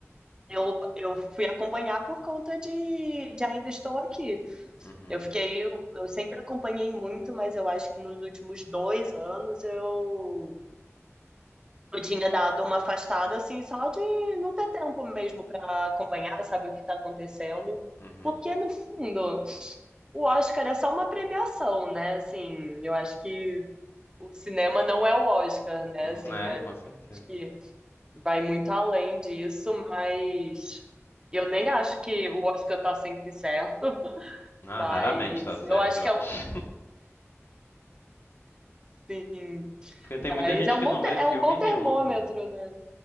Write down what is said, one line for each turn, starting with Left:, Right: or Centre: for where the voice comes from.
Right: eu, eu fui acompanhar por conta de, de Ainda Estou Aqui.
Left: Uhum,
Right: Eu fiquei, eu, eu sempre acompanhei muito, mas eu acho que nos últimos dois anos eu, eu tinha dado uma afastada, assim, só de não ter tempo mesmo pra acompanhar, saber o que tá acontecendo.
Left: uhum,
Right: Porque, no fundo, o Oscar é só uma premiação, né? Assim, eu acho que o cinema não é o Oscar, né?
Left: uhum.
Right: Assim,
Left: É,
Right: é-
Left: com certeza.
Right: acho que vai muito além disso, mas eu nem acho que o Oscar tá sempre certo,
Left: Ah,
Right: mas
Left: raramente tá certo,
Right: eu acho
Left: eu
Right: que é um,
Left: acho.
Right: sim,
Left: <laughs> Porque tem
Right: mas
Left: muita gente
Right: é um
Left: que
Right: bom,
Left: não
Right: te-
Left: vê
Right: é
Left: filme
Right: um bom
Left: nenhum,
Right: termômetro,
Left: né?
Right: né?